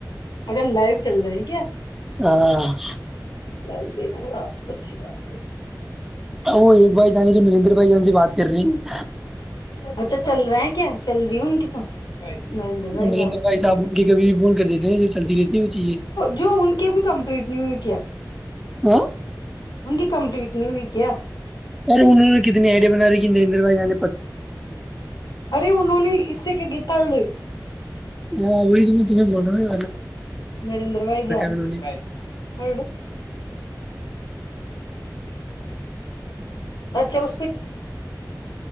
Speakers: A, on the left; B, in the centre.
A: اچھا لائیو چل رہا ہے کیا
B: <unintelligible>
A: لائو دیکھ رہے ہو آپ تو اچھی بات ہے
B: وہ ایک بھائی جانی جو نریدر بھائی جانی سے بات کر رہی ہیں
A: اچھا چل رہا ہے کیا چل رہی ہوں ن کت نریندر بھائی
B: نریندر
A: جان سے
B: صاحب ان کی کبھی بھی فون کر دیتے ہیں جو چلتی رہتی ہے وہ چیزیں
A: جو ان کے بھی کمپلیٹ نیو کیا
B: ہ
A: ان کی کمپلیٹ نہیں ہوئی کیا
B: یار انہ نے کتنی آئیڈیا بنا رہی کہ نریندر بھائی جان
A: ارے انہوں نے اس سے گیت <unintelligible>
B: آ وہ ت میں تمیں بولنا ہے
A: نرندر بھائی جان
B: انہوں
A: تھ
B: نے
A: اچھا